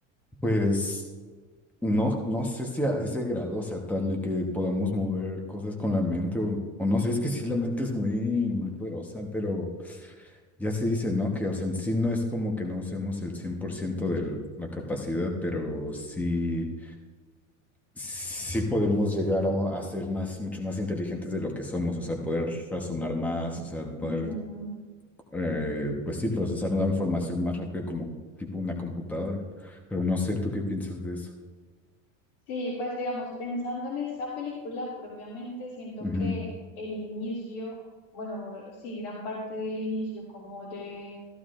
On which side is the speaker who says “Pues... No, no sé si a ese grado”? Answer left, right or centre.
Centre